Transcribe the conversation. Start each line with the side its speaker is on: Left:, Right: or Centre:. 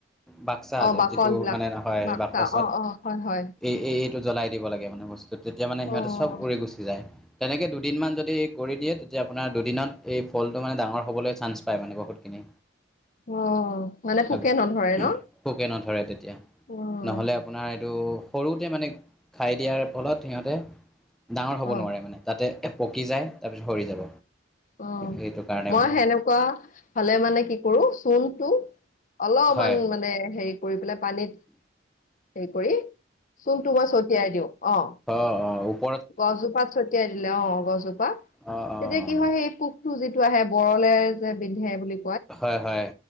Centre: বাক্সা
Left: অ', বাকলবিলাক
Centre: যিটো মানে নহয়
Left: বাক্সা
Centre: বাকচত
Left: অ', অ', হয়, হয়,
Centre: এই-এইটো জ্বলাই দিব লাগে মানে বস্তুটো তেতিয়া মানে
Left: অ',
Centre: সিহঁতে চব উৰি গুচি যায়। তেনেকে দুদিনমান যদি কৰি দিয়ে তেতিয়া আপোনাৰ দুদিনত এই ফলটো মানে ডাঙৰ সকলোৱে চান্ঞ্চ পায় মানে বহুতখিনি।
Left: অ', মানে পোকে
Centre: আগলে
Left: নধৰে ন?
Centre: পোকে নধৰে তেতিয়া।
Left: অ',
Centre: নহ'লে আপোনাৰ এইটো সৰুতে মানে খাই দিয়াৰ ফলত সিহঁতে ডাঙৰ হ'ব
Left: অ',
Centre: নোৱাৰে মানে তাতে পকি যায়। তাৰপিছত সৰি যাব
Left: অ'অ'
Centre: সেইটো কাৰণে
Left: মই
Centre: মানে
Left: হেনেকুৱা হ'লে মানে কি কৰো চূণটো অলপমান
Centre: হয়
Left: মানে হেৰি কৰি পেলাই পানীত হেৰি কৰি চূণটো মই ছটিয়াই দিওঁ অ।
Centre: অ অ ওপ
Left: গছজোপাত ছটিয়াই দিলে অ গছজোপা
Centre: অঁ অঁ
Left: তেতিয়া কি হয় সেই পোক, টো যিটো আহে বৰলে যে বিন্ধে বুলি,
Centre: হয় হয়।